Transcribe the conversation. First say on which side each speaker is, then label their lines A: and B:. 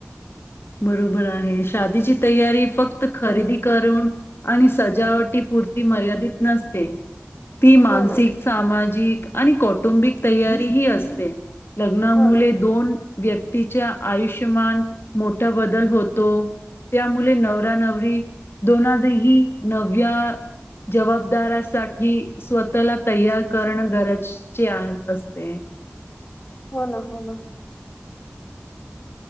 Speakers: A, on the left (about 70°); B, on the left (about 45°).
A: बरोबर आहे, शादीची तयारी फक्त खरेदी करून आणि सजावटीपुरती मर्यादित नसते. ती मानसिक,
B: हो ना
A: सामाजिक आणि कौटुंबिक तयारी ही असते. लग्नामुले
B: हो ना
A: दोन व्यक्तीच्या आयुष्यमान मोठा बदल होतो, त्यामुले नवरा नवरी दोनाही नव्या जबाबदारासाठी स्वतःला तयार करणं गरजचे असते.
B: हो ना हो ना